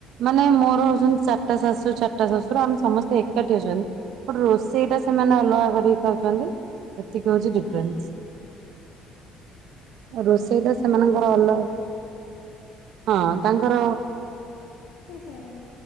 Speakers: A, on the right; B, on the left.
A: ମାନେ ମୋର ହୋଉଛନ୍ତି ଚାରିଟା ଶାଶୁ ଚାରିଟା ଶ୍ୱଶୁର ଆମେ ସମସ୍ତେ ଏକାଠି ଅଛନ୍ତି। ରୋଷେଇ ଟା ସେମାନେ ଅଲଗା କରିକି ଖାଉଛନ୍ତି ଏତିକି ହଉଛି ଡିଫରେନ୍ସ।
B: ହୁଁ
A: ରୋଷେଇ
B: <unintelligible> ଆମର
A: ଟା
B: ବି
A: ସେମାନଙ୍କର
B: ସେଇ
A: ଅଲ ହଁ ତାଙ୍କର
B: ସେମ୍।